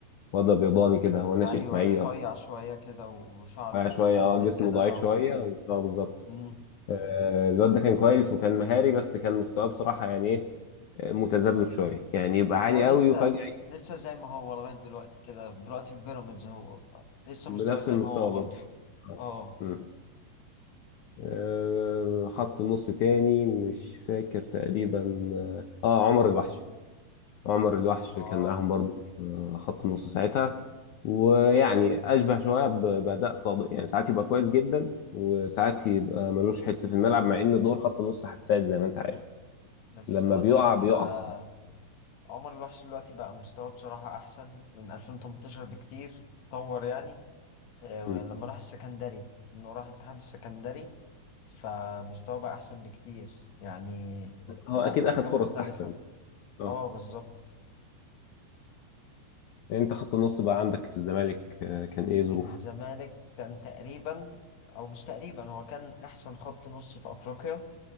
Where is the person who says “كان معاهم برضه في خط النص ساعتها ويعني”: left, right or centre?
Left